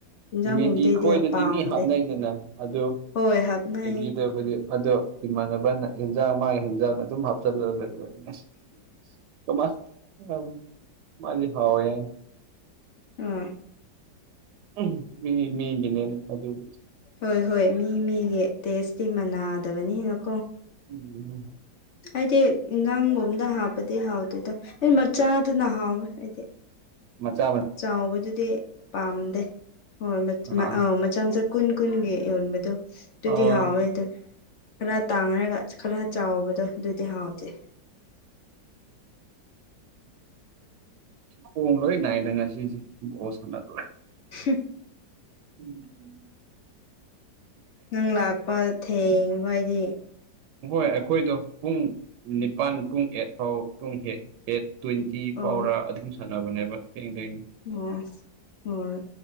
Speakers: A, on the left (about 55°); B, on the right (about 70°).
A: ꯏꯟꯖꯥꯡꯒꯨꯝꯕꯗꯩꯗꯤ
B: ꯃꯦꯒꯤ ꯈꯣꯏꯗꯗꯤ
A: ꯄꯥꯝꯗꯦ
B: ꯃꯤ ꯍꯥꯞꯅꯩꯗꯅ ꯑꯗꯨ
A: ꯍꯣꯏ ꯍꯥꯞꯅꯩꯌꯦ
B: ꯃꯦꯒꯤꯗꯕꯨꯗꯤ ꯑꯗꯣ ꯏꯃꯥꯟꯅꯕꯅ ꯍꯤꯟꯖꯥꯡ ꯃꯥꯒꯤ ꯍꯤꯟꯖꯥꯡꯗ ꯑꯗꯨꯝ ꯍꯥꯞꯆꯜꯂꯒ ꯂꯩꯕ ꯑꯩꯁ ꯀꯃꯥꯏ ꯇꯧꯅꯤ ꯃꯥꯗꯤ ꯍꯥꯎꯋꯦꯌꯦ
A: ꯎꯝ
B: ꯎꯝ ꯃꯤ ꯃꯤꯒꯤꯅꯦꯅ ꯑꯗꯨꯒꯤ
A: ꯍꯣꯏ ꯍꯣꯏ ꯃꯤ ꯃꯤꯒꯤ ꯇꯦꯁꯇꯤ ꯃꯅꯥꯗꯕꯅꯤꯅꯀꯣ
B: ꯎꯝ ꯎꯝ
A: ꯑꯩꯗꯤ ꯅꯪꯒꯨꯝꯗ ꯍꯥꯞꯄꯗꯤ ꯍꯥꯎꯇꯦꯗ ꯗꯤ ꯃꯆꯥꯗꯨꯅ ꯍꯥꯎꯋꯦ ꯑꯩꯗꯤ
B: ꯃꯆꯥꯥ ꯃ
A: ꯆꯥꯎꯕꯗꯨꯗꯤ ꯄꯥꯝꯗꯦ ꯍꯣꯏ
B: ꯑꯥ
A: ꯃ ꯑꯧ ꯃꯆꯥ ꯃꯆꯥ ꯀꯨꯟ ꯀꯨꯟꯒꯤ ꯌꯣꯟꯕꯗꯣ ꯇꯨꯗꯤ
B: ꯑꯥ
A: ꯍꯥꯎꯋꯦꯗꯣ ꯈꯔ ꯇꯥꯡꯔꯒ ꯈꯔ ꯆꯥꯎꯕꯗꯣ ꯗꯨꯗꯤ ꯍꯥꯎꯇꯦ
B: ꯈꯣꯡꯒ ꯂꯣꯏ ꯅꯥꯏꯗ ꯉꯁꯤꯁꯦ ꯕꯣꯜ ꯁꯥꯟꯅꯕꯗ
A: ꯍꯨꯝ
B: ꯎꯝ
A: ꯅꯪ ꯂꯥꯛꯄ ꯊꯦꯡꯕꯩꯗꯤ
B: ꯍꯣꯏ ꯑꯩꯈꯣꯏꯗꯣ ꯄꯨꯡ ꯅꯤꯄꯥꯟ ꯄꯨꯡ ꯑꯦꯠ ꯐꯥꯎ ꯄꯨꯡ ꯑꯦꯠ ꯑꯦꯠ ꯇ꯭ꯋꯦꯟꯇꯤ
A: ꯑꯣ
B: ꯐꯥꯎꯔ ꯑꯗꯨꯝ ꯁꯥꯟꯅꯕꯅꯦꯕ ꯊꯦꯡ ꯊꯦꯡ
A: ꯑꯣ ꯍꯣꯏ